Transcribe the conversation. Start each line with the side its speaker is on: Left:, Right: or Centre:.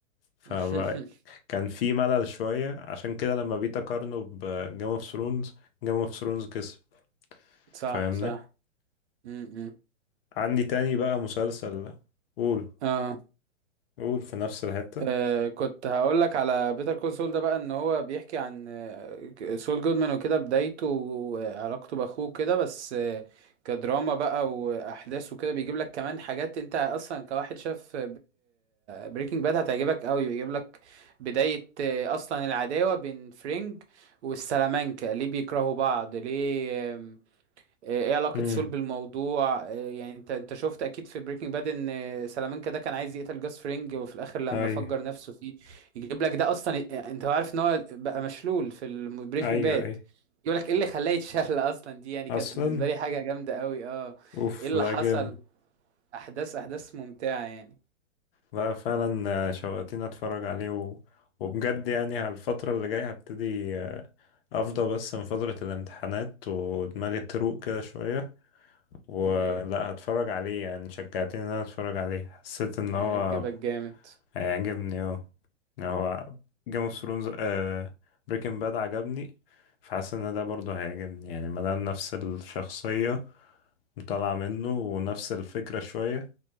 Left: فكان
Right: <laughs>
Left: في ملل شوية عشان كده لما بقيت اقارنه بجيم اوف ثرونز جيم اوف ثرونز كسب
Right: صح
Left: فاهمني
Right: صح امم
Left: عندي تاني بقى مسلسل قول
Right: اه
Left: قول في نفس الحتة
Right: آه كنت هقول لك على بيتر كول سول ده بقى ان هو بيحكي عن آه، سول جودمان وكده بدايته وعلاقته باخوه كده بس آه كدراما بقى واحداث وكده بيجيب لك كمان حاجات انت اصلا كواحد شاف بريكنج باد هتعجبك قوي بيجيب لك بداية آه، اصلا العداوة بين فرينج والسلامانكا ليه بيكرهوا بعض ليه آه، ايه علاقة
Left: امم
Right: سول بالموضوع إيه يعني انت انت شفت اكيد في بريكنج باد ان سلامانكا ده كان عايز يقتل جاس فرينج وفي الاخر لما
Left: اي
Right: فجر نفسه فيه يجيب لك ده اصلا انت عارف ان هو بقى مشلول في بريكنج
Left: ايوه
Right: باد
Left: اي
Right: يقول لك ايه اللي خلاه يتشل اصلا دي يعني
Left: اصلا
Right: كانت بالنسبة لي حاجة جامدة قوي اه
Left: اوف
Right: ايه اللي
Left: لا
Right: حصل
Left: جامد
Right: احداث احداث ممتعة يعني
Left: لا فعلا آه، شوقتني اتفرج عليه و... وبجد يعني على الفترة اللي جاية هبتدي آه، افضى بس من فترة الامتحانات ودماغي تروق كده شوية ولا
Right: ايوه
Left: هتفرج عليه يعني شجعتني ان انا اتفرج عليه حسيت ان
Right: هيعجبك
Left: هو
Right: جامد
Left: هيعجبني اه يعني هو جيم اوف ثرونز بريكنج باد عجبني فحاسس ان ده برضه هيعجبني يعني مادام نفس الشخصية طالعة منه ونفس الفكرة شوية